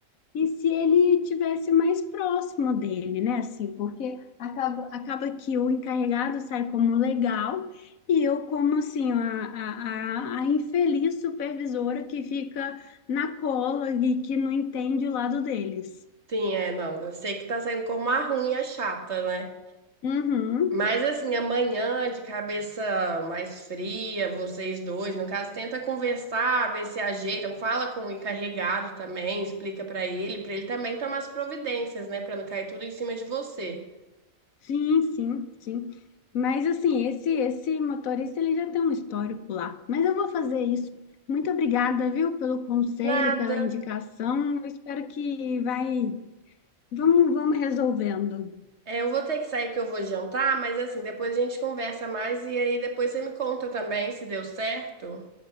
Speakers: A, on the left (about 80°); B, on the right (about 55°).
A: E se ele tivesse mais próximo dele, né? Assim, porque acaba, acaba que o encarregado sai como legal e eu como, assim, a, a, a, a infeliz supervisora que fica na cola e que não entende o lado deles.
B: sim, é, não. Eu sei que tá saindo como a ruim e a chata, né?
A: Uhum.
B: Mas assim, amanhã, de cabeça mais fria, vocês dois, no caso, tenta conversar, ver se ajeitam, fala com o encarregado também, explica pra ele, pra ele também tomar as providências, né, Pra não cair tudo em cima de você.
A: Sim, sim, sim. Mas, assim, esse, esse motorista, ele já tem um histórico lá. Mas eu vou fazer isso. Muito obrigada, viu, pelo conselho,
B: Nada.
A: pela indicação. Eu espero que vai Vamos, vamos resolvendo.
B: É, eu vou ter que sair porque eu vou jantar, mas assim, depois a gente conversa mais e aí depois você me conta também se deu certo.